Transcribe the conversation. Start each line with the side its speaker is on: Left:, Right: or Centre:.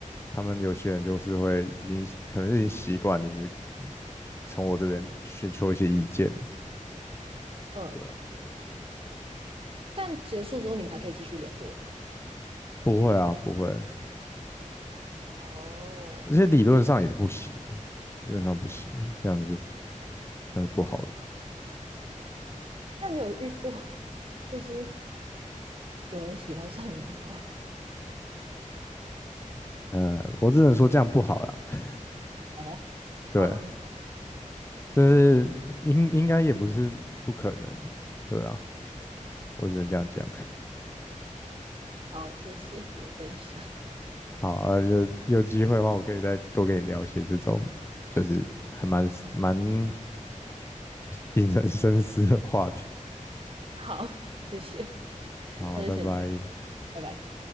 Left: 他们有些人就是会已经可能已经习惯，就是从我这边寻求一些意见，
Right: 嗯，
Left: 对啊，
Right: 但结束之后你们还可以继续联络吗？
Left: 不会啊，不会，
Right: 哦，
Left: 而且理论上也是不行的，理论上不行，这样子这样子不好的，
Right: 那你有遇过就是有人喜欢上你吗？
Left: 呃，我只能说这样不好啦，
Right: 哦，
Left: 对，
Right: 好，
Left: 但是应应该也不是不可能，对啊，我只能这样讲。
Right: 好，谢谢你的分享。
Left: 好啊，有有机会的话，我可以再多跟你聊一些这种，就是还蛮蛮引人深思的话题。
Right: 好，谢谢，
Left: 好啊，
Right: 那就先这样，
Left: 拜拜。
Right: 拜拜。